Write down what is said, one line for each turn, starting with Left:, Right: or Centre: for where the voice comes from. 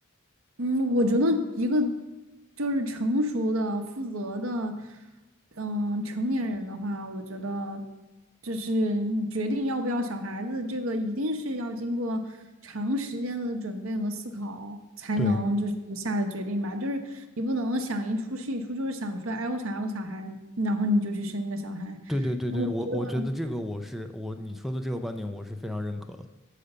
Right: 嗯，我觉得一个就是成熟的、负责的，嗯，成年人的话，我觉得就是你决定要不要小孩子，这个一定是要经过长时间的准备和思考才能就是下的决定吧。
Centre: 对
Right: 就是你不能想一出是一出，就是想出来，哎，我想要个小孩，然后你就去生一个小孩。
Centre: 对对对对，
Right: 但我觉得。
Centre: 我我觉得这个我是我你说的这个观点我是非常认可的，